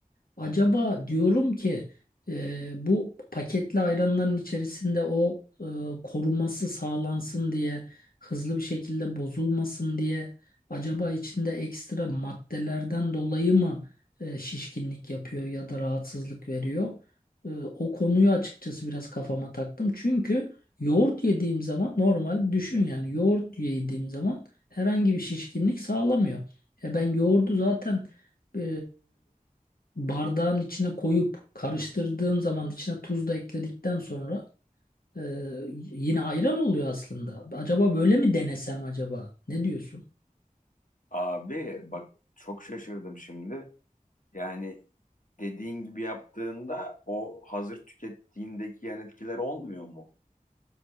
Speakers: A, on the left; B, on the left.
A: Acaba diyorum ki e, bu paketli ayranların içerisinde o e, koruması sağlansın diye hızlı bir şekilde bozulmasın diye acaba içinde ekstra maddelerden dolayı mı e, şişkinlik yapıyor ya da rahatsızlık veriyor? E, o konuyu açıkçası biraz kafama taktım. Çünkü yoğurt yediğim zaman normal düşün yani yoğurt yediğim zaman herhangi bir şişkinlik sağlamıyor. E ben yoğurdu zaten e, bardağın içine koyup karıştırdığım zaman içine tuz da ekledikten sonra e, yine ayran oluyor aslında. Acaba böyle mi denesem acaba? Ne diyorsun?
B: Abi bak çok şaşırdım şimdi. Yani dediğin gibi yaptığında o hazır tükettiğindeki yan etkiler olmuyor mu?